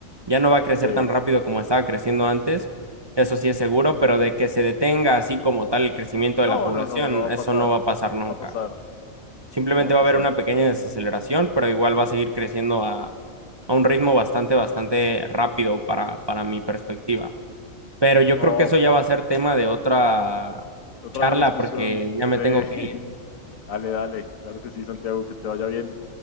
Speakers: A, on the right; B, on the left.
A: ya no va a crecer
B: Sí.
A: tan rápido como estaba creciendo antes, eso sí es seguro, pero de que se detenga así como tal el crecimiento de la
B: No,
A: población,
B: no, no, no va a
A: eso
B: pasar.
A: no va a pasar nunca.
B: No va a pasar.
A: Simplemente
B: No va a
A: va a
B: pasar.
A: haber una pequeña desaceleración, pero igual va a seguir creciendo a, a un ritmo bastante, bastante rápido para, para mi perspectiva. Pero yo
B: No,
A: creo que eso ya va a ser tema de otra
B: otra
A: charla
B: discusión.
A: porque ya me
B: Sí.
A: tengo
B: <laughs>
A: que ir.
B: Dale, dale. Claro que sí, Santiago, que te vaya bien.